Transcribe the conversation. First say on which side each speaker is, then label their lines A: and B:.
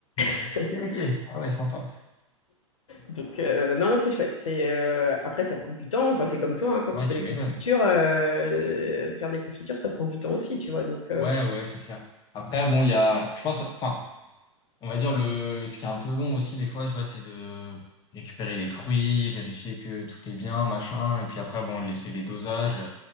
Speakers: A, on the left; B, on the left.
A: <laughs>
B: Ok, ok. Ah ouais, sympa.
A: donc euh, non, non, c'est chouette. C'est, euh, après, ça prend du temps. Enfin, c'est comme toi, hein, quand
B: Ouais,
A: tu fais
B: tu
A: les
B: m'étonnes.
A: confitures, euh, faire des confitures, ça prend du temps aussi, tu vois. Donc, euh,
B: Ouais, ouais, c'est clair. Après, bon, il y a, je pense, enfin, on va dire le, ce qui est un peu long aussi des fois, tu vois, c'est de récupérer les fruits, vérifier que tout est bien, machin, et puis après, bon, laisser les dosages.